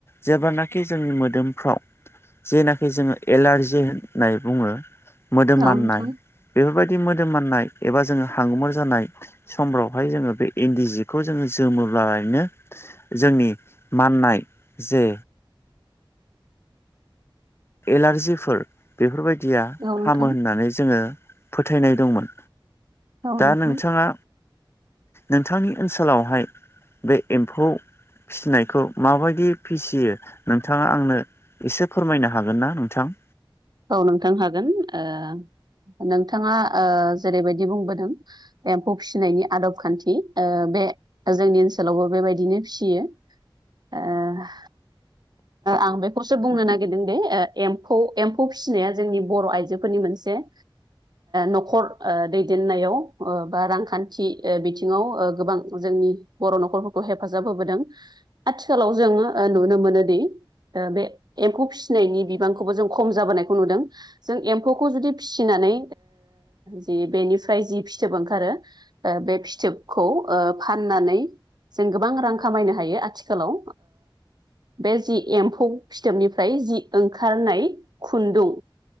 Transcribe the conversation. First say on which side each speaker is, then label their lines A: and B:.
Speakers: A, on the left (about 25°); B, on the right (about 50°).
A: जेब्लानाखि जोंनि मोदोम फाव जेनाखि जोङो एलारजि होननाय बुङो मोदोमाननाय
B: औ नोंथां
A: बेफोरबायदि मोदोम माननाय एबा जोङो हांगुमुर जानाय समफ्रावहाय जोङो बे इनदि जिखौ जोङो जोमोब्लानो जोंनि माननाय जे एलार्जिफोर बेफोरबायदिया
B: औ नोंथां
A: हामो होननानै जोङो फोथायनाय दंमोन
B: औ नोंथां
A: दा नोंथाङा नोंथांनि ओनसोलावहाय बे एमफौ फिसिनायखौ माबायदि फिसियो नोंथाङा आंनो एसे फोरमायनो हागोन ना नोंथां
B: औ नोंथां हागोन ओ नोंथाङा ओ जेरैबायदि बुंबोदों एमफौ फिसिनायनि आदब खानथि बे जोंनि ओनसोलावबो बेबायदिनो फियो ओ आं बेखौसो बुंनो नागिरदों दे एमम खौ फिसिनाया जोंनि बर' आइजोफोरनि मोनसे नखर दैदेननायाव बा रांखान्थि बिथिङाव गोबां जोंनि बर' नखरफोरखौ हेफाजाब होबोदों आथिखालाव जों नुनो मोनोदि बे एम्फौ फिसिनायनि बिबांखौबो जों खम जाबोनायखौ नुदों जों एम्फौखौ जुदि फिसिनानै जि बेनिफ्राय जि फिथबो ओंखारो ओ बे फिथोबखौ फाननानै जों गोबां रां खामायनो हायो आथिखालाव बे जि एम्फौ फिथोबनिफ्राय जि ओंखारनाय खुन्दुं